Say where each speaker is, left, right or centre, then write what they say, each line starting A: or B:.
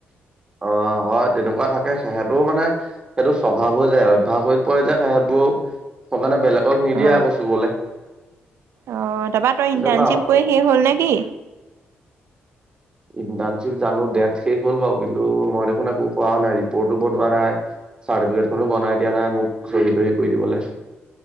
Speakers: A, on the right (about 20°); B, on the right (about 80°).
A: অ, হয়। তেনেকুৱা থাকে সেহতৰো মানে সেইটো স্বভাৱ হৈ যায় অভ্যাস হৈ পৰে যে সেহতবোৰো ই হেইকাৰণে বেলেগক নিদিয়ে
B: অ
A: আকৌ চুবলে।
B: অ, তাৰাপা তই
A: তেনেকুৱা
B: ইণ্টাৰ্ণশ্বিপ
A: আৰু
B: কৰি শেষ হল নে কি।
A: ইনটাৰ্ণশ্বিপ জানো ডেট শেষ হ'ল বাৰু কিন্তু মই দেখোন একো কৰা নাই ৰিপৰ্টো বনোৱা নাই। চাৰ্টিফিকেট খনো বনাই দিয়া নাই মোক চহী তহী কৰি দিবলৈ।